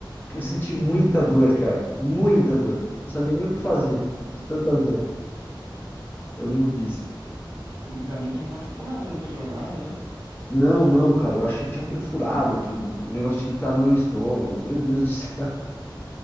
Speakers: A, on the left; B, on the right.
A: que
B: Hum,
A: eu senti muita dor, cara, muita dor. Não sabia nem o que fazer de tanta
B: cara,
A: dor. Eu lembro disso.
B: ainda bem que não machucou nada, não quebrou nada, né?
A: Não, não, cara, eu achei que tinha perfurado, que o negócio tinha entrado no meu estômago. Meu Deus do <laughs> céu.